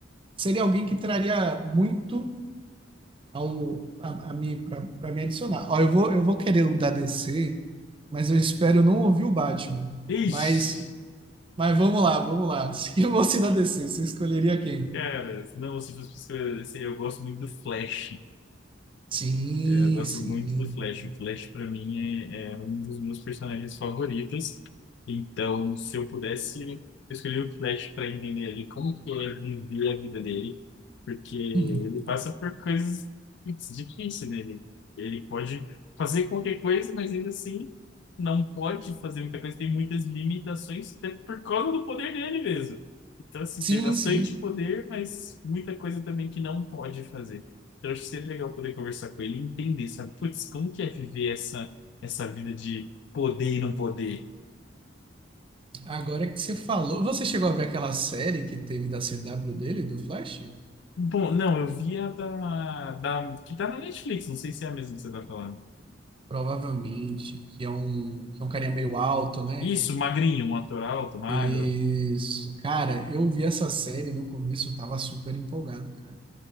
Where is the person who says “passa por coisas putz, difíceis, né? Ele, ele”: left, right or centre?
Left